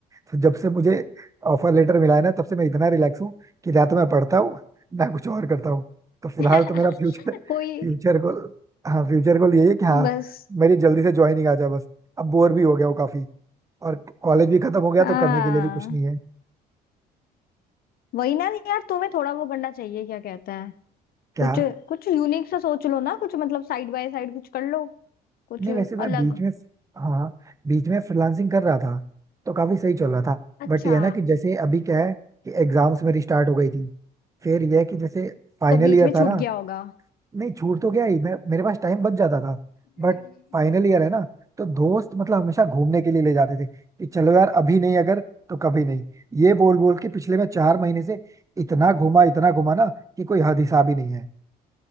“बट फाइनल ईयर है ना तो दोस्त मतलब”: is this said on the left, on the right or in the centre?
Right